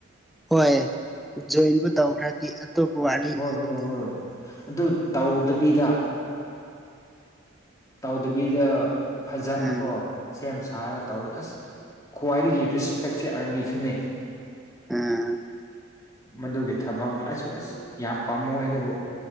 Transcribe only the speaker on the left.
ꯍꯣꯏ
ꯍꯣꯏ ꯍꯣꯏ ꯑꯗꯨ ꯇꯧꯗꯕꯤꯗ ꯇꯧꯗꯕꯤꯗ ꯐꯖꯅꯀꯣ
ꯁꯦꯝ ꯁꯥꯔꯒ ꯇꯧꯗꯦ ꯑꯁ ꯈ꯭ꯋꯥꯏꯗꯒꯤ ꯔꯤꯁꯄꯦꯛꯁꯦ ꯑꯥꯔꯃꯤꯁꯨꯅꯦ
ꯃꯗꯨꯒꯤ ꯊꯕꯛꯅꯤ ꯑꯁꯨ ꯑꯁ ꯌꯥꯝ ꯄꯥꯝꯃꯣꯏ ꯑꯗꯨꯕꯨ